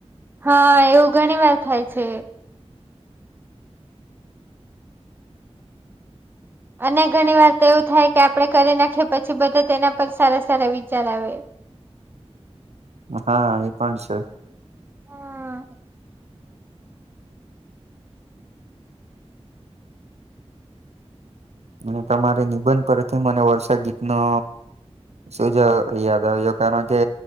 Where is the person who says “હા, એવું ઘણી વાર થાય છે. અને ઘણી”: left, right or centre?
Right